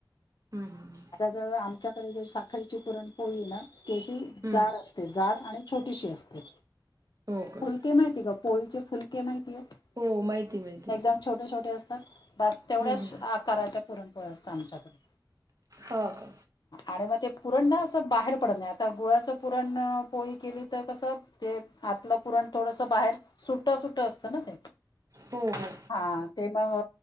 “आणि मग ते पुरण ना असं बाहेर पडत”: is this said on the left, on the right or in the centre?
Left